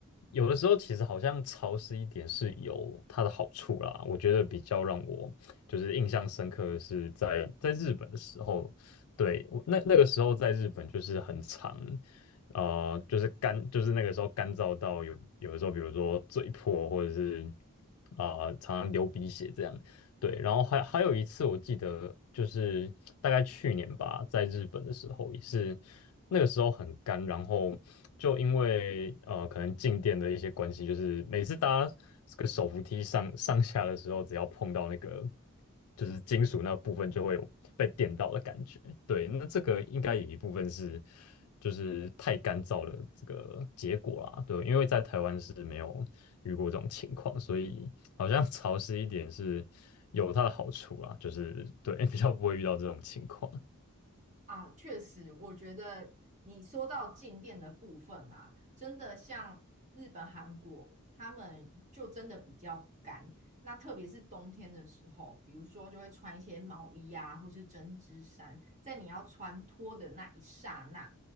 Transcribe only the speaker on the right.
啊，确实，我觉得你说到静电的部分啦，真的像日本、韩国，他们就真的比较干。那特别是冬天的时候，比如说就会穿一些毛衣啊，或是针织衫，在你要穿脱的那一刹那，